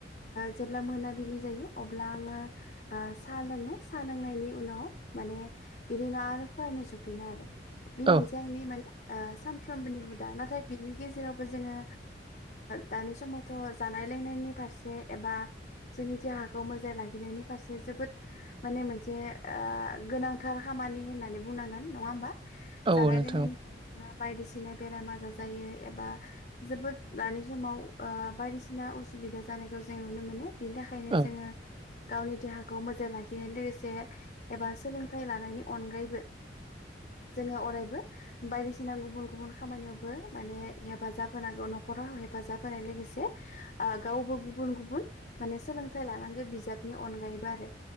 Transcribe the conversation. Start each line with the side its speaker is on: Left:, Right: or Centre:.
Left: जेब्ला मोनाबिलि जायो अब्ला आंङो साहा लोंङो साहा लोंनायनि उनाव माने बिनि उनाव आरो फरायनो जफिनो आरो बे मोनसे
Right: औ
Left: आंनि माने सानफ्रोमबोनि हुदा नाथाय बिनि गेजेरावबो जोंङो दानि समावथ' जानाय लोंनायनि फारसे एबा जोंनि देहाखौ मोजांयै लाखिनायनि फारसे जोबोद माने मोनसे गोनांथार खामानि खामानि होना बुंनांगो नंङा होनबा
Right: औ
Left: जानाय
Right: नोंथां
Left: लों बायदिसिना बेराम आजार जायो एबा जोबोद दानि समाव बायदिसिना बिदिना असुबिदा जानायखौ जों नुनो मोनो बिनि थाखायनो
Right: औ
Left: जोंङो गावनि देहाखौ मोजां लाखिनाय लोगोसे एबा सोलोंथाइ लानायनि अनगायैबो जोंङो अरायबो बायदिसिना गुबुन गुबुन खामानियावबो माने हेफाजाब होनांगौ न'खर हेफाजाब होननाय लोगोसे। गावबो गुबुन गुबुन माने सोलोंथाइ लानांगौ बिजाबनि अनगायैबो आरो।